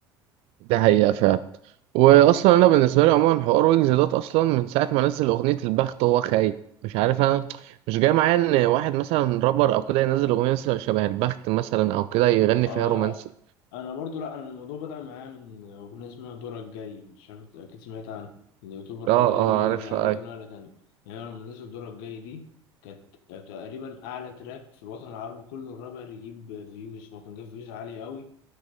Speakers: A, on the right (about 45°); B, on the left (about 55°).
A: ده حقيقة فعلا وأصلا أنا بالنسبة لي عموما حوار ويجز دوت أصلا من ساعة ما نزل أغنية البخت هو خايب مش عارف أنا مش جاي معايا إن واحد مثلا رابر أو كده ينزل أغنية مثلا شبه البخت مثلا أو كده يغني
B: آه
A: فيها رومانسي
B: انا برضو لا انا الموضوع بدأ معايا من اغنيه اسمها دورك الجاي مش عارف اكيد سمعت عنها اليوتيوبر
A: أه
B: هي
A: أه
B: دي اللي
A: عارف
B: نقلته
A: أيوه
B: نقله تانية يعني أنا لما نزل دورك الجاي دي كانت كانت تقريبا اعلى تراك في الوطن العربي كله الرابر يجيب فيوز فهو كان جايب فيوز عاليه قوي